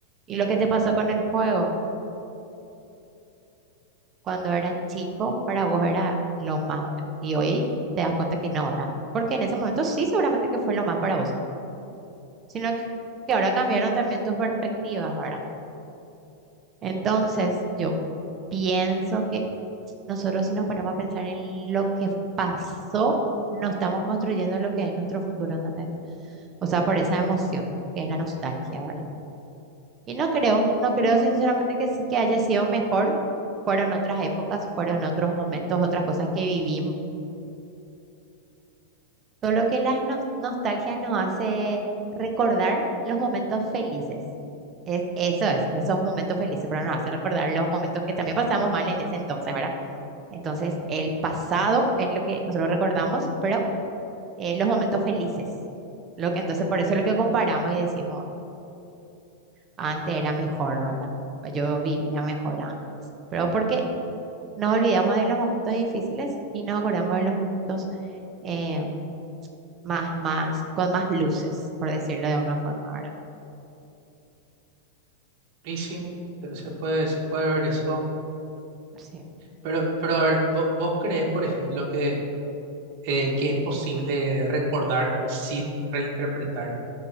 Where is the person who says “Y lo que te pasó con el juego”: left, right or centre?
Right